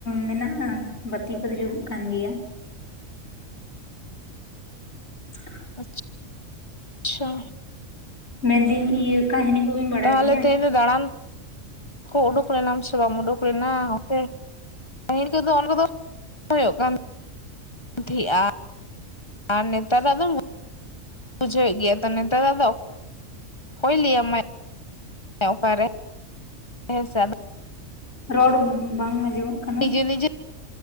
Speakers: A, on the left; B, on the left.
A: ᱢᱮᱱᱟᱜᱼᱟ, ᱵᱟᱛᱤ ᱠᱚᱫᱚ ᱡᱩᱞᱩᱜ ᱠᱟᱱ ᱜᱮᱭᱟ᱾ <inaudible>
B: ᱟᱪ ᱪᱷᱟ
A: ᱢᱮᱱᱫᱟᱹᱧ ᱤᱭᱟᱹ ᱠᱟᱹᱦᱱᱤ ᱠᱚᱵᱤᱱ ᱵᱟᱲᱟᱭ
B: ᱛᱟᱦᱚᱞᱮ
A: ᱜᱮᱭᱟ
B: ᱛᱮᱦᱮᱧ ᱫᱚ ᱫᱟᱬᱟᱱ ᱠᱚ ᱩᱰᱩᱠ ᱞᱮᱱᱟᱢ ᱥᱮ ᱵᱟᱢ ᱩᱰᱩᱠ ᱞᱮᱱᱟ ᱚᱱᱛᱮ? ᱯᱟᱹᱦᱤᱞ ᱠᱚᱫᱚ <unintelligible> ᱫᱚ ᱦᱩᱭᱩᱜ ᱠᱟᱱ᱾ ᱫᱷᱤᱜᱼᱟ ᱟᱨ ᱱᱮᱛᱟᱨᱟᱜ ᱫᱚ ᱵᱩᱡᱷᱟᱹᱣᱮᱜ ᱜᱮᱭᱟ ᱛᱚ ᱱᱮᱛᱟᱨ ᱫᱚ ᱠᱚᱭ ᱞᱟᱹᱭᱟᱢᱟᱭ ᱚᱠᱟᱨᱮ? ᱦᱮᱸᱥᱮ ᱟᱫᱚ
A: ᱨᱚᱲ ᱵᱟᱝ ᱟᱸᱡᱚᱢᱚᱜ ᱠᱟ
B: ᱱᱤᱡᱮ ᱱᱤᱡᱮ